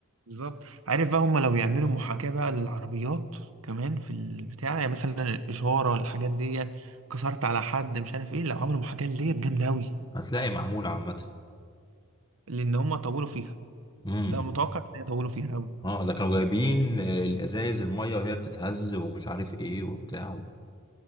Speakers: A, on the right; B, on the left.
A: بالظبط عارف بقى هما لو يعملوا محاكاة بقى للعربيات كمان في البتاع يعني مثلا الإشارة الحاجات دي كسرت على حد مش عارف ايه لو عملوا محاكاة ديت جامدة أوي
B: هتلاقي معمولة عامة
A: لأن هما طولوا فيها
B: امم
A: ده متوقع إن هي طولوا فيها أوي
B: اه ده كانوا جايبين آه، الازايز الميه وهي بتتهز ومش عارف ايه وبتاع و...